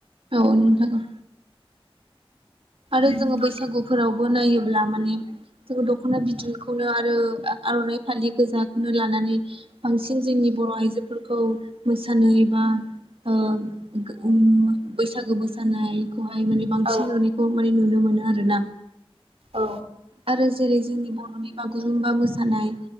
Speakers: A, on the right; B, on the right.
A: औ नोंथां औ आरो
B: नोंथाङा
A: जोङो बैसागुफोरावबो नायोब्ला मा जोङो दख'ना बिदनखौनो आरो आर'नाइ फालि गोजाखौनो लानानै बांसिन जोंनि बर' आइजोफोरखौ मोसानाय बा ओ गो उम बैसागो मोसानाय खौहाय माने बांसिन
B: औ
A: नु माने नुनो मोनो आरोना?
B: औ
A: आरो जेरै जोंनि बर'नि बागुरुम्बा मोसानाय-'